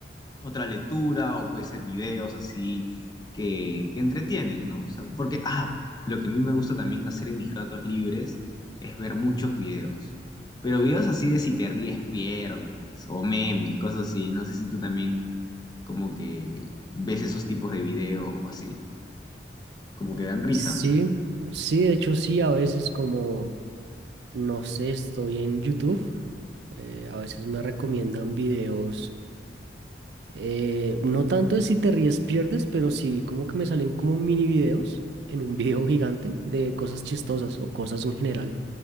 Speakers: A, on the left (about 20°); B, on the right (about 70°).
A: otra lectura o puede ser videos así que, que entretienen, ¿no? O sea, porque, ah, lo que a mí me gusta también hacer en mis ratos libres es ver muchos videos, pero videos así de si te ríes pierdes o memes, cosas así, no sé si tú también como que ves esos tipos de videos o así, como que dan risa.
B: Sí, sí, de hecho sí, a veces como, no sé, estoy en YouTube, eh, a veces me recomiendan videos, eh, no tanto de si te ríes pierdes, pero sí como que me salen como mini videos en un <laughs> video gigante de cosas chistosas o cosas en general.